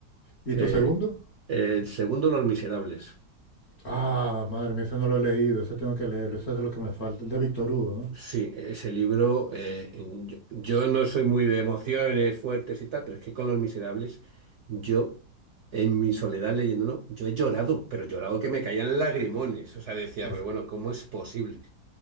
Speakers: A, on the left; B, on the right.
A: ¿Y
B: Eh,
A: tu segundo?
B: el segundo, Los Miserables.
A: Ah, madre mía, ese no lo he leído, ese tengo que leerlo, ese es de lo que me falta, el de Víctor Hugo, ¿no?
B: Sí, ese libro, eh, yo, yo no soy muy de emociones fuertes y tal, pero es que con Los Miserables, yo, en mi soledad leyéndolo, yo he llorado, pero llorado que me caían lagrimones. O sea, decía,
A: Es-
B: pero bueno, ¿cómo es posible?